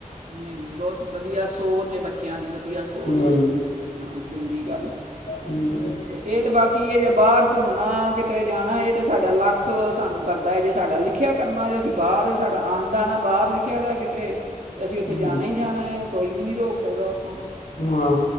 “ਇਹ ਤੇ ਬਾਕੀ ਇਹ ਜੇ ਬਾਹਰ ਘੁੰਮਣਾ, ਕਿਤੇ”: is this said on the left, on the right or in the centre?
Right